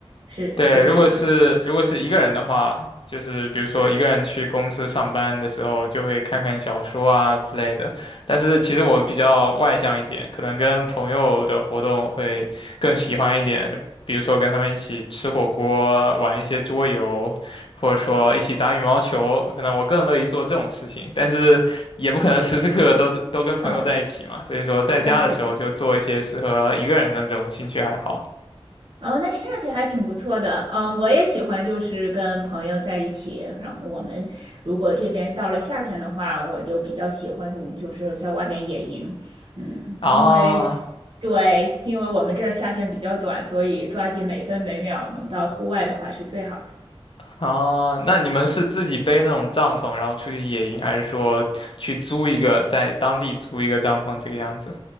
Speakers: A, on the right; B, on the left.
A: 是是这样吗？
B: 对，如果是如果是一个人的话，就是比如说一个人去公司上班的时候，就会看看小说啊之类的。但是其实我比较外向一点，可能跟朋友的活动会更喜欢一点，比如说跟他们一起吃火锅、玩一些桌游，或者说一起打羽毛球，可能我更乐意做这种事情。但是也不可能时时刻刻都都跟朋友在一起嘛，
A: 嗯，
B: 所以说在家的时候就做一些适合一个人的那种兴趣爱好。
A: 那肯定。哦，那听上去还挺不错的。嗯，我也喜欢就是跟朋友在一起，然后我们如果这边到了夏天的话，我就比较喜欢就是在外面野营，嗯，
B: 啊，
A: 因为。对，因为我们这儿夏天比较短，所以抓紧每分每秒能到户外的话是最好的。
B: 啊，那你们是自己背那种帐篷，然后出去野营，还是说去租一个，在当地租一个帐篷这个样子？